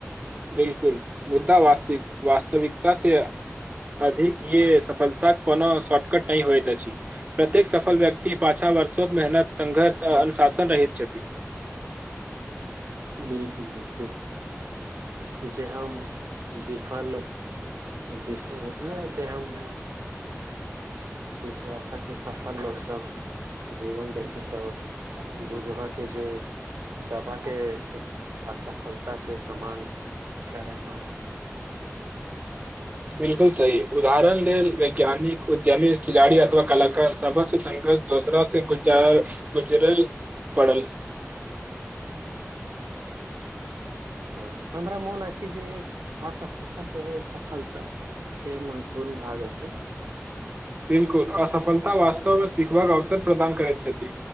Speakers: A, on the right; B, on the right.
A: बिलकुल मुद्दा वास्तिक वास्तविकता से अधिक य सफलता कोनो शॉर्टकट नहि होइत अछि प्रत्येक सफल व्यक्ति पाछा वर्षोक मेहनत संघर्ष आ अनुशासन रहैत छथि
B: बिल्कुल बिल्कुल जे हम विफल विशव चै हम विश्वासे सफल लोकसभ जीवन देखी तब बुझबअके जे सभाके असफलता पत्ताके समान करय पड़ल
A: बिलकुल सही उदाहरण लेल वैज्ञानिक उद्यमी खिलाड़ी अथवा कलाकार सभसँ सघर्ष दोसरा से गुजार गुजरल पड़ल
B: हँ हमरा मोन अछि जे असफलता सेहो सफलता के महत्वपूर्ण भाग अछि
A: बिलकुल असफलता वास्तवमे सिखबाक अवसर प्रदान करैत छथि